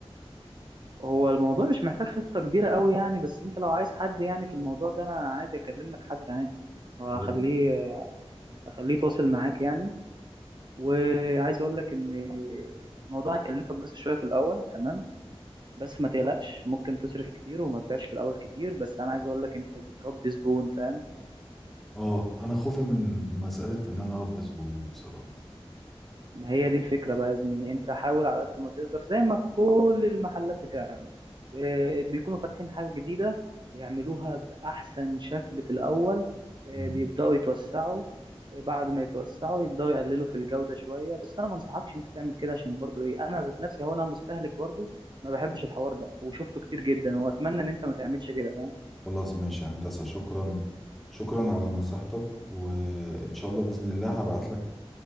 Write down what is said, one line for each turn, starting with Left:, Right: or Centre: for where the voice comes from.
Right: هو الموضوع مش محتاج خطة كبيرة قوي يعني بس انت لو عايز حد يعني في الموضوع ده انا عادي اكلم لك حد عادي هخليه
Centre: يا رب
Right: هخليه يتواصل معاك يعني وعايز اقول لك ان الموضوع هيكلفك بس شوية في الاول تمام بس ما تقلقش ممكن تصرف كتير وما تبيعش في الاول كتير بس انا عايز اقول لك انت بتربي زبون فاهم
Centre: اه انا خوفي من مسألة ان انا اربي زبون دي بصراحة
Right: ما هي دي الفكرة بقى يا زميلي انت حاول على قد ما تقدر زي ما كل المحلات بتعمل آه، بيكونوا فاتحين حاجة جديدة بيعملوها بأحسن شكل في الأول آه،
Centre: مم.
Right: بيبدأوا يتوسعوا آه، بعد ما يتوسعوا يبدأوا يقللوا في الجودة شوية بس أنا ما انصحكش انت تعمل كده عشان برضو ايه أنا ذات نفسي هو أنا مستهلك برضو ما بحبش الحوار ده وشفته كتير جدا وأتمنى إن انت ما تعملش كده فاهم
Centre: خلاص ماشي يا هندسة شكرا شكرا على نصيحتك وان شاء الله بإذن الله هبعت لك